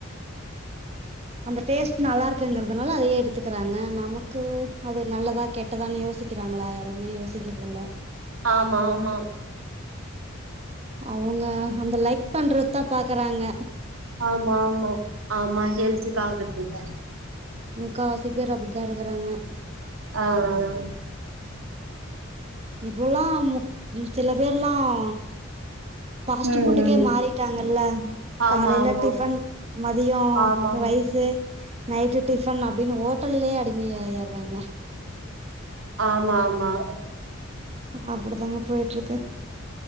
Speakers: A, on the right; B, on the right.
A: அந்த டேஸ்ட் நல்லா இருக்குங்கறதுனால அதையே எடுத் கத்துக்கறாங்க நமக்கு அது நல்லதா கெட்டதான்னு யோசிக்கிறாங்களா யாருமே யோசிக்கிறதுல்ல
B: ஆமா ஆமா
A: அவுங்க அந்த லைக் பண்றத பா இருக்குறாங்க
B: ஆமா ஆமா ஆமா ஹெல்த்தி பாக்குறது இல்ல
A: முக்காவாசி பேர் அப்படித்தா இருக்குறாங்க
B: ஆஹ்
A: இப்போல்லாம் மு சில பேர்லாம் ஃபாஸ்ட்
B: ம்,
A: ஃபுட்டுக்கே
B: ம்.
A: மாறிட்டாங்கல்ல
B: ஆமா,
A: காலில
B: ஆமா.
A: டிஃபன் மதியம்
B: ஆமா,
A: ரைஸு நைட்டு டிஃபன் அப்படின்னு ஹோட்டல்லேயே அடிமைய ஆயடுறாங்க
B: ஆமா ஆமா
A: அப்படிதாங்க போயிட்டு இருக்கு